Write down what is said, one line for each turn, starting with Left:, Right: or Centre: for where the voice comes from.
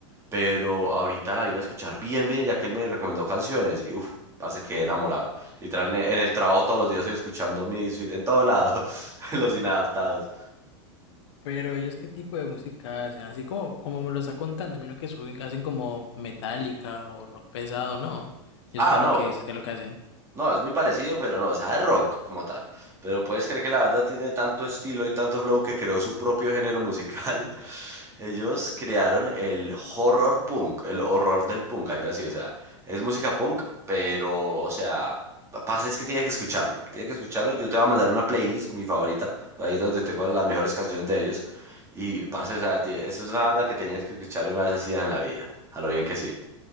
Right: Pero ahorita la vine a escuchar bien, bien, ya que él me recomendó canciones y uff, parce, quedé enamorado. Literal, en en el trabajo todos los días estoy escuchando Misfits, en todo lado, <laughs> los inadaptados.
Left: Pero ellos qué tipo de música hacen, así como, como me lo está contando, Mira que suben, hacen como metálica o rock pesado, ¿no? Ellos
Right: Ah,
Left: qué es
Right: no,
Left: lo que es, qué es lo que hacen.
Right: no, es muy parecido, pero no, o sea, es rock como tal. Pero puedes creer que la banda tiene tanto estilo y tanto flow que creó su propio género musical Ellos crearon el horror punk, el horror del punk, algo así, o sea, es música punk, pero, o sea, pa- parce, es que tienes que escucharlo, tienes que escucharlo, yo te voy a mandar una playlist, mi favorita, ahí donde tengo las mejores canciones de ellos, y parce, o sea, ti- eso es una banda que tenías que escuchar una vez así en la vida, a lo bien que sí.